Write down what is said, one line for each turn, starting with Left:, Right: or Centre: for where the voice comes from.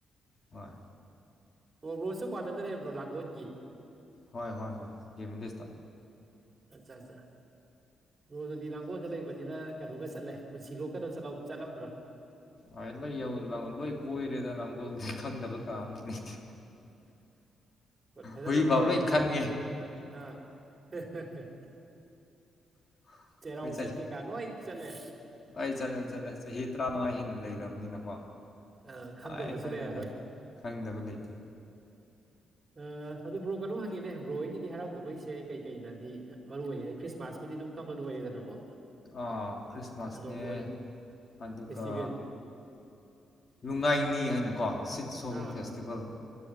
Left: ꯍꯣꯏ
Right: ꯑꯣ ꯕ꯭ꯔꯣꯁꯨ ꯀꯋꯥꯇꯔꯗ ꯂꯩꯕ꯭ꯔꯣ ꯂꯥꯡꯒꯣꯟꯒꯤ
Left: ꯍꯣꯏ ꯍꯣꯏ ꯍꯣꯢ ꯒꯦꯝꯕꯤꯖꯦꯖꯇ
Right: ꯑꯆꯥ ꯑꯠꯆꯥ ꯕ꯭ꯔꯣ ꯑꯗꯨꯗꯤ ꯂꯥꯡꯒꯣꯜꯗ ꯂꯩꯕꯅꯤꯅ ꯀꯩꯅꯣꯒ ꯆꯠꯂꯦ ꯄꯨꯟꯁꯤ ꯂꯣꯛ ꯀꯩꯅꯣ ꯆꯠꯂꯝꯕ꯭ꯔꯣ
Left: ꯍꯣꯏ ꯂꯣꯏ ꯌꯧ ꯂꯣꯏ ꯀꯣꯏꯔꯦꯗ ꯂꯥꯡꯒꯣꯜꯗꯤ ꯈꯪꯗꯕ ꯀꯥ ꯑꯝꯇ ꯂꯩꯇꯦ
Right: ꯐꯖꯅ
Left: ꯍꯨꯏ ꯚꯥꯎ
Right: ꯀꯣꯏꯔꯦ
Left: ꯂꯣꯏ ꯈꯪꯉꯦ
Right: ꯑꯥ <unintelligible>
Left: ꯑꯩꯈꯣꯏ
Right: ꯆꯦꯔꯥꯎ ꯆꯤꯡ ꯀꯩ ꯀꯥ ꯂꯣꯢ ꯆꯠꯂꯦ
Left: ꯂꯣꯢ ꯆꯠꯂꯦ ꯆꯠꯂꯦ ꯆꯍꯤ ꯇꯔꯥꯃꯉꯥ ꯍꯦꯟꯅ ꯂꯩꯔꯕꯅꯤꯅꯀꯣ
Right: ꯑ ꯈꯪꯗꯕꯁꯨ
Left: ꯂꯣꯏ ꯈꯪꯉꯦꯗ
Right: ꯂꯩꯔꯔꯣꯏ
Left: ꯈꯪꯗꯕ ꯂꯩꯇꯦ
Right: ꯑ ꯑꯗꯨ ꯕ꯭ꯔꯣ ꯀꯩꯅꯣꯝ ꯍꯪꯒꯦꯅꯦ ꯕ꯭ꯔꯣ ꯍꯣꯢꯒꯤꯗꯤ ꯍꯔꯥꯎ ꯀꯨꯝꯍꯩꯁꯦ ꯀꯩ ꯀꯩ ꯅꯗꯤ ꯃꯔꯨ ꯑꯣꯏꯒꯦ ꯈ꯭ꯔꯤꯁꯃꯥꯁꯄꯨꯗꯤ ꯑꯗꯨꯝ ꯀꯃꯟ ꯑꯣꯏꯔꯦꯗꯅꯀꯣ
Left: ꯑꯥ ꯈ꯭ꯔꯤꯁꯃꯥꯁꯅꯦ
Right: ꯑꯗꯣ ꯕ꯭ꯔꯣ ꯑꯩ
Left: ꯑꯗꯨꯒ
Right: ꯐꯦꯁꯇꯤꯚꯦꯜꯗꯤ
Left: ꯅꯨꯡꯉꯥꯏꯅꯤ ꯍꯥꯏꯅꯀꯣ ꯁꯤꯠ ꯁꯣꯚꯤꯡ
Right: ꯑꯥ
Left: ꯐꯦꯁꯇꯤꯚꯦꯜ